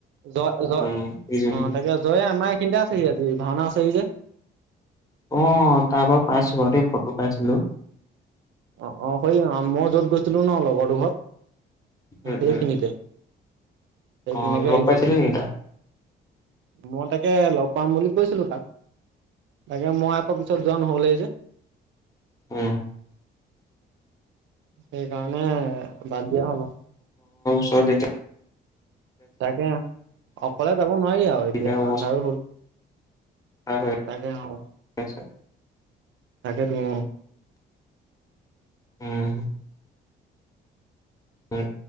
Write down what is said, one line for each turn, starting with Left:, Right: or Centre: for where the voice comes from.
Right: জ জ
Left: উম সি যদি
Right: অ তাকে জয়ে আমাৰ এইখিনিতে আছেহি আজি ভাওনা আছে চেই যে
Left: অ তাৰ পৰা পাইছো আৰু দে ফটো পাইছিলো
Right: অ অ সেই মই যত গৈছিলো ন লগৰ তোৰ ঘৰত অ'
Left: উম
Right: সেইখিনিতে,
Left: উম।
Right: সেইখিনিলেকে
Left: অ লগ
Right: আহিছে
Left: পাইছিলি
Right: সিয়ে।
Left: নেকি তাক?
Right: মই তাকে লগ পাম বুলি কৈছিলো তাক তাকে মই আকৌ পিছত যোৱা নহ'লেই যে।
Left: উ।
Right: সেইকাৰণে বাদ দিয়া হ'লো।
Left: ছয় তাইখে।
Right: তাকে অকলে যাব নাৱাৰি আৰু
Left: যিহে
Right: এতিয়া
Left: অৱস্থা
Right: আন্ধাৰো হল
Left: হৈ
Right: তাকে অ
Left: আছে
Right: থাকে টো অহ
Left: উম উম